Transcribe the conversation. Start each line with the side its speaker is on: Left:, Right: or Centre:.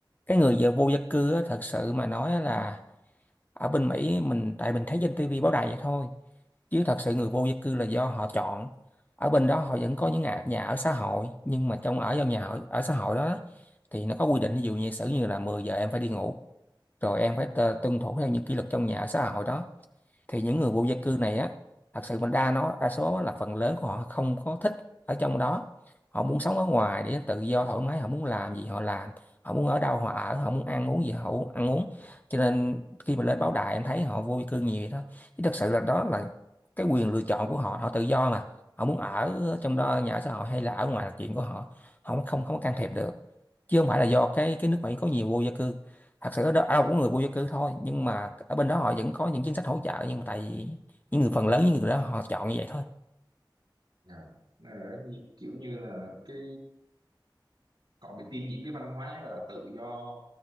Left: cái người
Right: ừ,
Left: vô gia cư á, thật sự mà nói là
Right: ừ,
Left: ở bên Mỹ mình tại mình thấy trên TV báo đài vậy thôi chứ thật sự
Right: ừ,
Left: người vô gia cư là do họ chọn ở bên đó họ vẫn có những nhà, nhà ở xã hội nhưng mà trong ở trong nhà ở, ở xã hội đó thì nó có quy định ví dụ như sử như là 10 giờ em phải đi ngủ rồi em phải tơ-
Right: dạ,
Left: tuân thủ theo những kỷ luật trong nhà ở xã hội đó thì những người vô gia
Right: dạ,
Left: cư này á thật sự mình đa nó đa số là phần lớn của họ không có thích ở trong đó họ muốn sống ở ngoài để tự do thoải mái họ muốn làm gì họ làm họ muốn ở đâu họ ở họ muốn ăn uống gì họ u- ăn uống cho nên khi mà lên báo đài em thấy họ vô gia cư nhiều vậy đó chứ thật sự là đó là cái quyền lựa chọn của họ họ tự do mà họ muốn ở trong đó nhà ở xã hội hay là ở ngoài là chuyện của họ họ không không không có can thiệp được chứ không phải là do cái cái nước Mỹ có nhiều vô gia cư thật sự ở đó ai cũng người vô gia cư thôi nhưng mà ở bên đó họ vẫn có những chính sách hỗ trợ nhưng mà tại vì những người phần lớn những người đó họ chọn như vậy thôi
Right: dạ. Nó ở như- kiểu như là cái họ bị tiêm nhiễm cái văn hóa gọi là tự do